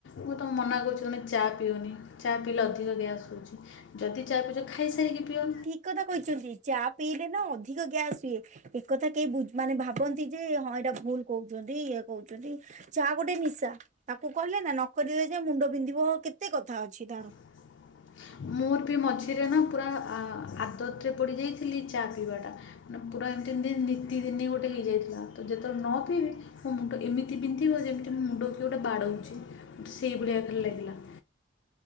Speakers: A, on the left; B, on the right.
A: ମୁ ତମଁ ମନା କରୁଛି, ତମେ ଚା' ପିଅନି। ଚା' ପିଇଲେ ଅଧିକ ଗ୍ୟାସ୍ ହଉଛି। ଯଦି ଚା' ପିଉଚ ଖାଇସାରିକି ପିଅ।
B: ଠିକ୍ କଥା କହିଛନ୍ତି। ଚା' ପିଇଲେ ନା ଅଧିକ ଗ୍ୟାସ୍ ହୁଏ। ଏକଥା କେହିବୁଝୁ, ମାନେ ଭାବନ୍ତି ଯେ ହଁ, ଏଇଟା ଭୁଲ କହୁଛନ୍ତି ଇଏ କହୁଛନ୍ତି। ଚା' ଗୋଟେ ନିଶା। ତାକୁ କଲେ ନା ନକରିଲେ ଯେ ମୁଣ୍ଡ ବିନ୍ଧିବ। କେତେ କଥା ଅଛି ତାର
A: ହୁଁ <unintelligible> ମୋର ବି ମଝି ସେଥିରେ ନା ପୁରା ଆ-ଆଦତରେ ପଡ଼ିଯାଇଥିଲି ଚା ପିଇବାଟା। ମାନେ ପୁରା ଏମିତି ଦି ନିତି ଦିନି ଗୋଟେ ହେଇଯାଇଥିଲା। ତ ଯେତେବେଳେ ନ ପିଇବି ମୋ ମୁଣ୍ଡ ଏମିତି ବିନ୍ଧିବ ଯେମିତି ମୋ ମୁଣ୍ଡ କିଏ ଗୋଟେ ବାଡ଼ଉଛି ମତେ ସେଇ ଭଳିଆ ଖାଲି ଲାଗିଲା।